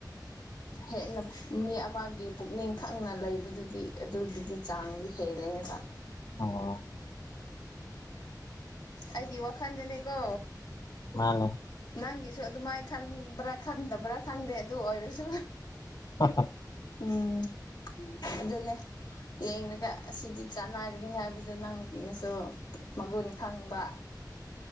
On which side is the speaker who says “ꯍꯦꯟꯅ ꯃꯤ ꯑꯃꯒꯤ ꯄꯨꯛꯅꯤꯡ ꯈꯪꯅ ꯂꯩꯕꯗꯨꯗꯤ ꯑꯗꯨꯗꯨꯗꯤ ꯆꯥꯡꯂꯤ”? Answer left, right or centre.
Left